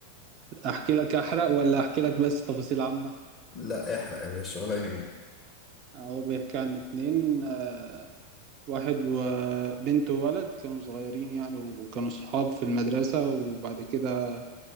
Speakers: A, on the right; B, on the left.
A: أحكي لك أحرق ولا أحكي لك بس تفاصيل عامة
B: لا احرق يا باشا ولا يهمك
A: هو بيحكي عن اتنين آه، واحد وبنت وولد كانوا صغيرين يعني وكانوا صحاب في المدرسة وبعد كده